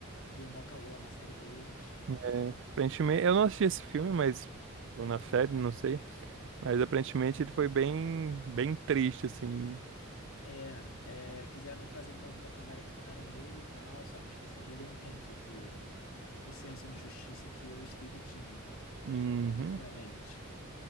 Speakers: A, on the left; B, on the right.
A: Deu mó caô lá na série deles.
B: É, aparentemente, eu não assisti esse filme, mas ou na série, não sei. Mas aparentemente ele foi bem, bem triste, assim.
A: É, é, quiseram fazer um novo Capitão América, botaram ele e tal, só que, tipo assim, ele não tem, tipo, o senso de justiça que o Steve tinha, né?
B: Uhum.
A: Obviamente.